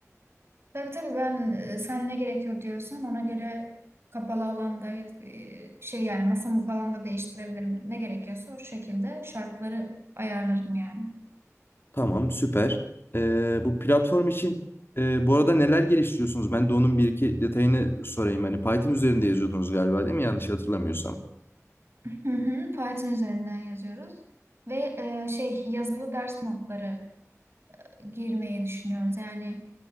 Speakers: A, on the right; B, on the left.
A: Tabii tabii ben e, sen ne gerekiyor diyorsan ona göre kapalı alanda e, şey yani masamı falan da değiştirebilirim. Ne gerekiyorsa o şekilde şartları ayarlarım yani.
B: Tamam, süper. Ee, bu platform için e, bu arada neler geliştiriyorsunuz? Ben de onun bir iki detayını sorayım. Hani Python üzerinde yazıyordunuz galiba değil mi? Yanlış hatırlamıyorsam.
A: Hı hı, Python üzerinden yazıyoruz ve e, şey yazılı ders notları girmeyi düşünüyoruz. Yani